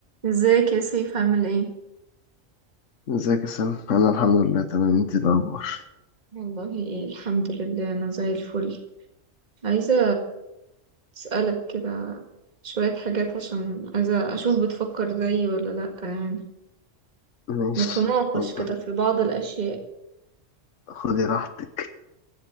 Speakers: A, on the right (about 35°); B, on the left (about 70°).
A: ازيك يا سيف عامل ايه
B: ازيك يا سلام انا الحمد لله تمام انت إيه الاخبار
A: والله إيه الحمد لله أنا زي الفل عايزة أسألك كده شوية حاجات عشان عايزة أشوف بتفكر زيي ولا لأ يعني
B: ماشي
A: نتناقش
B: اتفضل
A: كده في بعض الأشياء
B: خدي راحتك